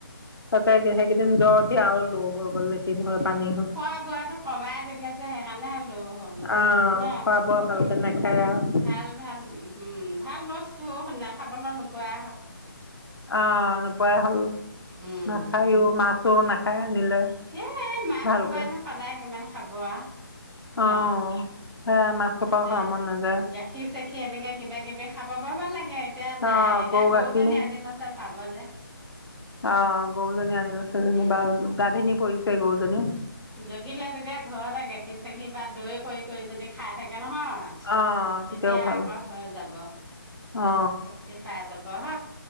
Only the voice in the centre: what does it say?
উম
খোৱা বোৱা টো কমাই দিলে যে সেইকাৰণে হেল হল
ন
ভাল ভাল উম ভাল বস্তু খাবলৈ নোপোৱা
উম
এ মাছ
কবাই নো সদায় কিমান খাব আৰু
ন
তাতে
গাখীৰ চাখি এনেকে কিবা কিবি খাব পাব লাগে এতিয়া
নাই এতিয়া
গৰুজনী আনিলে চ পাব দে
উম
উম
জগিলে তেতিয়া ঘৰতে গাখীৰ চাখি বা দৈ কৰি কৰি যদি খাই থাকে নহয় তেতিয়া
আকৌ হৈ যাব
শতিি পাই দব হ